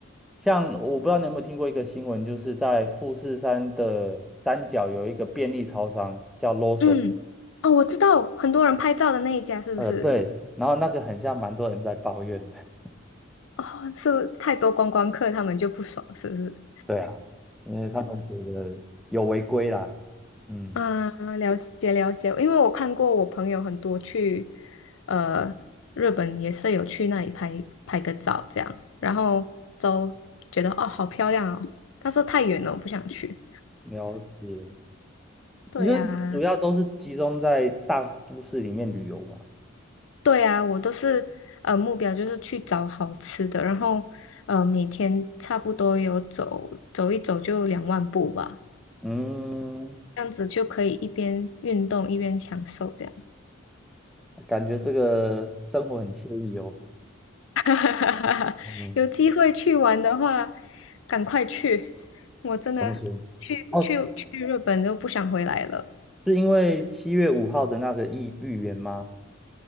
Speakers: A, in the centre; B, on the left.
A: 像我不知道你有没有听过一个新闻，就是在富士山的山脚有一个便利超商叫 Lawson，
B: 嗯，哦，我知道很多人拍照的那一家是不是？
A: 呃，对，然后那个很像蛮多人在抱怨的。
B: 哦，是太多观光客，他们就不爽，是不是？
A: <laughs> 对啊，因为他们觉得有违规啦。嗯，
B: 嗯，了解了解，因为我看过我朋友很多去，呃，日本也是有去那里拍拍个照这样，然后都觉得哦好漂亮哦，但是太远了，我不想去。
A: 了解。
B: 对呀，
A: 你说主要都是集中在大都市里面旅游嘛？
B: 对呀，我都是呃目标就是去找好吃的，然后呃每天差不多有走走一走就两万步吧，
A: 嗯，
B: 这样子就可以一边运动一边享受这样。
A: 感觉这个生活很惬意哦。
B: <laughs> 哈哈哈哈哈！
A: 嗯，
B: 有机会去玩的话，赶快去！我真的去去去日本就不想回来了。
A: 怎么说？哦，是因为七月五号的那个意预言吗？